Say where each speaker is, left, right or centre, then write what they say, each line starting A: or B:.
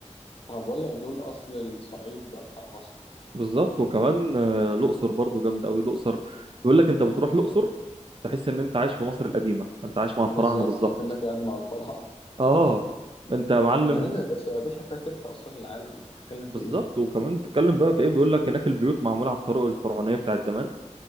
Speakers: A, on the left; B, on the right.
A: ما بقول لك دول اصل الصعيد بقى بتاع مصر
B: بالظبط وكمان آه، الأقصر برضو جامدة أوي الأقصر بيقول لك أنت بتروح الأقصر تحس إن أنت عايش في مصر القديمة أنت عايش مع الفراعنة
A: بالظبط
B: بالظبط
A: اكنك قاعد مع الفراعنه
B: آه أنت
A: <laughs>
B: يا معلم
A: مليانه يا باشا يا باشا فيها تلت اثار العالم انت بتتكلم في
B: بالظبط
A: ايه
B: وكمان بتتكلم بقى في إيه بيقول لك هناك البيوت معمولة على الطرق الفرعونية بتاعت زمان